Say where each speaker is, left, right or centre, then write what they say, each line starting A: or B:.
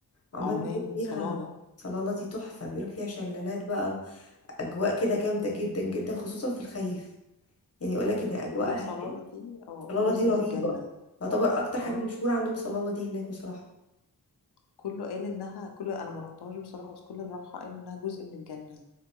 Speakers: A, on the left; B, on the left.
A: عمان
B: عمان
A: بيقول فيها
B: صلالة
A: صلاله دي تحفه بيقولك فيها شلالات بقى اجواء كده جامده جدا جدا خصوصا في الخريف يعني يقول لك
B: بس
A: ان اجواء
B: بيقولك
A: آه.
B: صلالة
A: هناك
B: دي اه
A: صلاله
B: جزء
A: دي رهيبه
B: من الجنة
A: تعتبر اكتر
B: اه
A: حاجه مشهوره عندهم صلاله دي هناك بصراحه
B: كله قال انها كله انا ما رحتهاش بصراحة بس كل اللي راحها قال انها جزء من الجنة